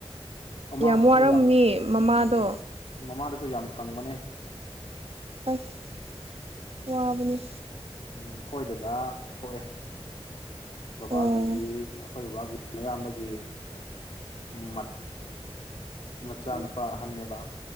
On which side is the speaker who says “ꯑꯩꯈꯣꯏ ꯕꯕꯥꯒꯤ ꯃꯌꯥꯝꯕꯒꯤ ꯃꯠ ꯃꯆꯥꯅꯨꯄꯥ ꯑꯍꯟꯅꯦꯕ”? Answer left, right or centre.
Left